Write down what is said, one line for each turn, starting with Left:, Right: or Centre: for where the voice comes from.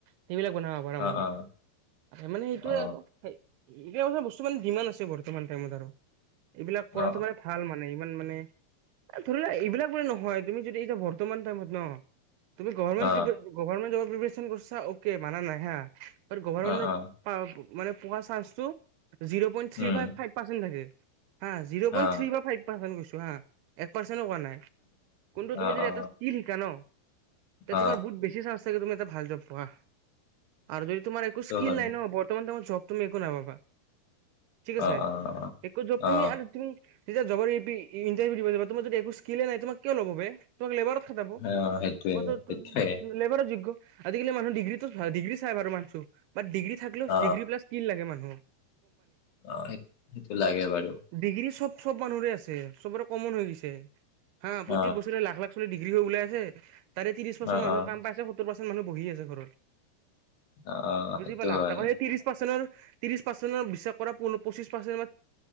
Right: সেইবিলাক বনাব পাৰ
Left: অ
Right: মানে
Left: অ
Right: মানে সেইটোৱে
Left: অ
Right: আৰু এতিয়া কিছুমান বস্তু মানে দিমান আছে বৰ্তমান টাইমত আৰু এইবিলাক
Left: অ
Right: কৰাটো মানে ভাল মানে ইমান মানে এ ধৰি লোৱা এইবিলাক বোলে নহয় তুমি যদি এতিয়া বৰ্তমান টাইমত ন তুমি গৰমেন্ট
Left: অ
Right: পি গৰমেন্ট জব পিপৰিছন কৰিছা অকে মানা নাই হা বাট গভাৰ্ণমেণ্ট
Left: অ অ অ
Right: পা মানে পো চান্সটো zero point
Left: um
Right: three five five percent থাকে হা জিৰ'
Left: অ
Right: পইন্ট থ্ৰী বা ফাইভ পাচেন্ট কৈছো হা এক পাৰ্চেনো কোৱা নাই কোনটোত
Left: অ
Right: তুমি যদি
Left: অ
Right: ইচকিল শিকা ন
Left: অ
Right: তোমাৰ বেছি চানন্স থাকে তুমি এটা ভাল জব পোৱা আৰু <unintelligible> তোমাৰ একো
Left: সেইটো
Right: স্কিল
Left: হয়
Right: নাই ন বৰ্তমান তোমাৰ জব তুমি একো নাপাবা। ঠিক আছে
Left: অ অ
Right: এক কৰ য তুমি
Left: অ
Right: আৰু তুমি যেতিয়া জবৰ ই পি ইণ্টাৰভিউ দিব যাবা তোমাৰ যদি একো্ ইস্কিলে নাই তোম কিয় ল'ব বে তামাক লেবাৰত খাতাব
Left: অ সেইটোৱে
Right: কত
Left: সেইটোৱে
Right: লেবাৰৰ যোগ্য আজিকালি মানু ডিগ্ৰী ডিগ্ৰী চাই বাৰু মানছো বাট ডিগ্ৰী থাকলেও
Left: অ
Right: ডিগ্ৰী প্লাছ স্কিল‌ লাগে মানুহৰ।
Left: অ সেই সেইটো লাগে বাৰু
Right: ডিগ্ৰী চব চব মানুহৰে আছে চবৰে কমন হৈ গৈছে হা
Left: অ
Right: প্ৰত্যেক বছৰে লাখ লাখ আপোনি ডিগ্ৰী হৈ ওলাই আছে তাৰে ত্ৰিছ পাৰচেণ্ট
Left: অ
Right: মানুৰ
Left: অ
Right: কাম পাইছে সত্ৰৰ পাৰ্চেন্ত মানুহ বহি আছে ঘৰত।
Left: অ অ,
Right: বুজি
Left: সেইটো
Right: পালা
Left: হয়
Right: তাক সেই ত্ৰিশ পাৰ্চেন্টৰ ত্ৰিশ পাৰ্চেন্ট বিশ্বাস কৰা পঁচিছ পাৰ্চেন্ট